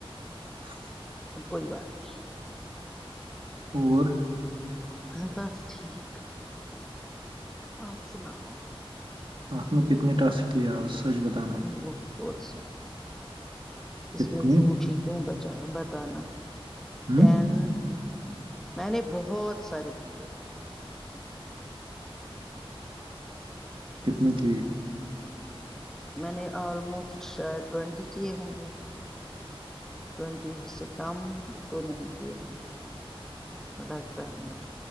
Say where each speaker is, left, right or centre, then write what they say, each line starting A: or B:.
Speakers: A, on the right (about 55°); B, in the centre.
A: <unintelligible>
B: تو کوئی بات نہیں
A: اور
B: بس ٹھیک تپ سناؤ
A: آپ نے کتنے ٹسک کیے آج سچ بتانا
B: بہتچ س اس میں
A: کتنے
B: جو ٹھیک <unintelligible> کیوں بچا بتانا
A: ہوں
B: ٹین میں نے بہت سارے کیے
A: کتنی کی
B: میں نے آلموسٹ شاید ٹینٹی کیے ہوں گے ٹینٹی سے کم تو نہیں کیے ہوں گے لگتا ہے مجھ